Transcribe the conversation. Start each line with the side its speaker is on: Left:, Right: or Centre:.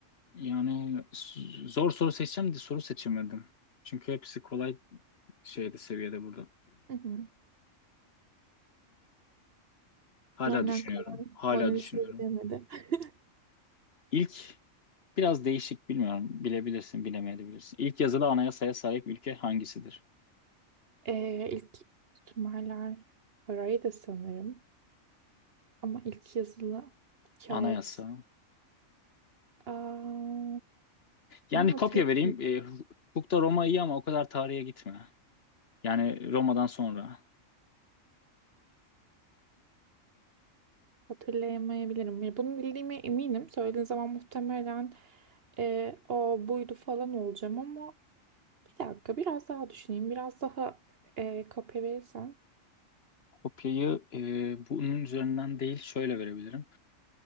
Left: Yani s- zor soru seçeceğim de soru seçemedim. Çünkü hepsi kolay şeyde seviyede burada.
Right: hı hı.
Left: Hala
Right: Aynen
Left: düşünüyorum.
Right: kolay.
Left: Hala
Right: Mona Lisa'yı
Left: düşünüyorum.
Right: bilemedi. <laughs>
Left: İlk biraz değişik bilmiyorum. Bilebilirsin, bilemeyebilirsin. İlk yazılı anayasaya sahip ülke hangisidir?
Right: E, ilk Sümerler parayı da sanırım ama ilk yazılı
Left: Anayasa.
Right: kağıt. Aa,
Left: Yani
Right: bunu hatırlamıyorum.
Left: kopya vereyim. E, hukukta Roma iyi ama o kadar tarihe gitme. Yani Roma'dan sonra.
Right: Hatırlayamayabilirim. Ya Bunu bildiğime eminim. Söylediğin zaman muhtemelen e, o buydu falan olacağım ama bir dakika biraz daha düşüneyim. Biraz daha e, kopya verirsen.
Left: Kopyayı e, bunun üzerinden değil şöyle verebilirim.